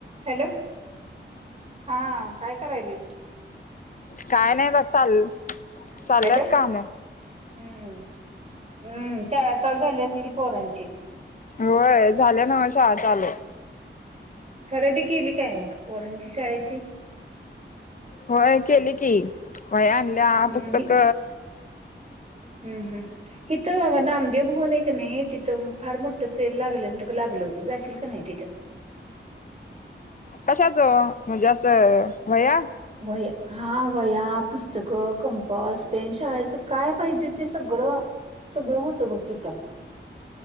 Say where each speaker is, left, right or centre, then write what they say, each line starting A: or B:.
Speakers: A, on the right (about 30°); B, on the left (about 40°).
A: Hello हा काय करायलीस?
B: काय नाही बघ चाल चालल्यात
A: हॅलो हम्म
B: काम
A: हम्म शाळा चालू झाली असेल कि पोरांची
B: होय झालं ना म शाळा चालू
A: खरेदी केली काय मग पोरांची शाळेची
B: होय केली की होय आणल्या
A: हम्म
B: पुस्तक
A: हि हम्म हम्म हिथं अगं नामदेव भुवन आहे का नाही तिथं फार मोठं सेल लागलाय लागल होत जाशील का नाही तिथ
B: कशाच म्हणजे असं वह्या
A: व्हय हा व्हया पुस्तकं कंपास् पेन शाळेच काय पाहिजे ते सगळं सगळ सगळं होत बघ तिथं